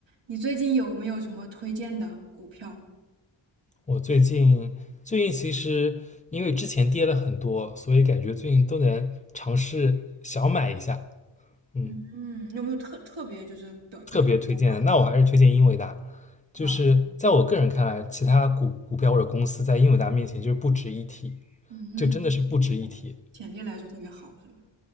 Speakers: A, on the right; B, on the left.
A: 你最近有没有什么推荐的股票？
B: 我最近最近其实因为之前跌了很多，所以感觉最近都能尝试小买一下，嗯，
A: 嗯嗯，有没有特特别就是表表现不好
B: 特别推荐的。那我还是推荐英伟达，就是在我个人看来，
A: 啊？
B: 其他股股票或者公司在英伟达面前就是不值一提，
A: 嗯，
B: 就真的是不值一提。
A: 嗯潜潜力来说特别好，是吧？